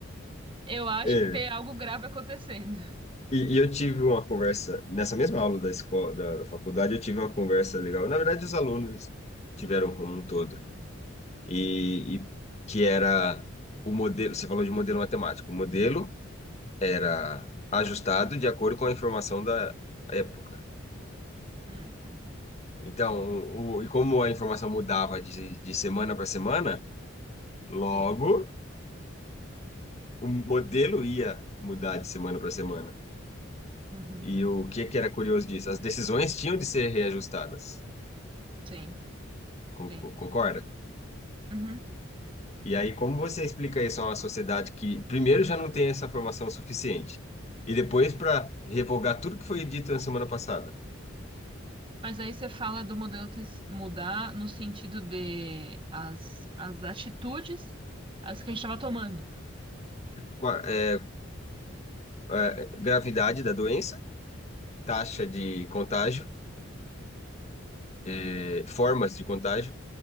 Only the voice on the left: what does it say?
É.
E, e eu tive uma conversa, nessa mesma aula da escola, da, da faculdade, eu tive uma conversa legal. Na verdade, os alunos tiveram como um todo. e, e que era o modelo, você falou de modelo matemático, o modelo era ajustado de acordo com a informação da época.
Então, o, e como a informação mudava de, de semana para semana, logo
o modelo ia mudar de semana para semana.
E o que que era curioso disso? As decisões tinham de ser reajustadas.
Con-
Concorda?
E aí, como você explica isso a uma sociedade que, primeiro, já não tem essa formação suficiente, e depois, para revogar tudo que foi dito na semana passada?
Qua- é, é, gravidade da doença, taxa de contágio, é, formas de contágio,